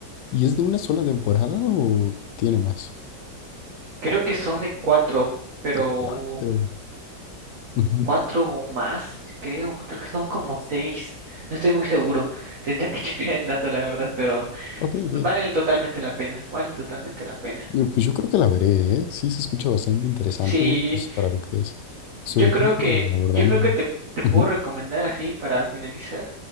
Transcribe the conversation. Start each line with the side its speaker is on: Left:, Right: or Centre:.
Left: ¿Y es de una sola temporada o tiene más?
Right: Creo que son de cuatro, pero
Left: Ah, Cuatro. Ujú.
Right: cuatro o más, creo. Creo que son como seis. No estoy muy seguro. Tendría que <laughs> checar el dato, la verdad, pero
Left: Ok, ok.
Right: valen totalmente la pena. Valen totalmente la pena.
Left: Eh, Pues yo creo que la veré, ¿eh? Sí, se escucha bastante interesante
Right: Sí,
Left: pues, para lo que es. Sobre
Right: yo creo
Left: todo como
Right: que,
Left: abordando.
Right: yo creo que te, te puedo
Left: Ujú,
Right: recomendar así para finalizar.